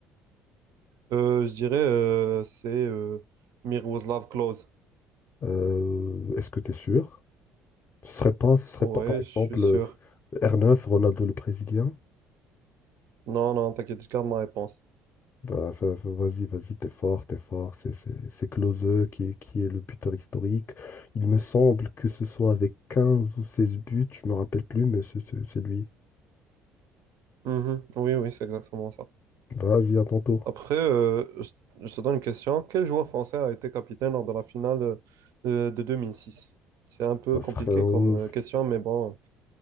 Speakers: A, on the right; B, on the left.
A: Euh, je dirais euh, c'est euh, Miroslav Klose.
B: Euh, est-ce que tu es sûr? Ce serait pas, ce serait
A: Ouais,
B: pas par exemple
A: je suis sûr.
B: euh, R9, Ronaldo le Brésilien?
A: Non, non, t'inquiète, je garde ma réponse.
B: Bah, fa- fa- vas-y, vas-y, t'es fort, t'es fort. C'est c'est- c'est Klose qui est, qui est le buteur historique. Il me semble que ce soit avec 15 ou 16 buts, je me rappelle plus, mais c'est c'est- c'est lui.
A: Mhm. Oui, oui, c'est exactement ça.
B: Vas-y, à ton tour.
A: Après, euh, je, je te donne une question. Quel joueur français a été capitaine lors de la finale de, de de deux mille six C'est un peu
B: Ouais,
A: compliqué
B: Frérot,
A: comme euh, question, mais bon,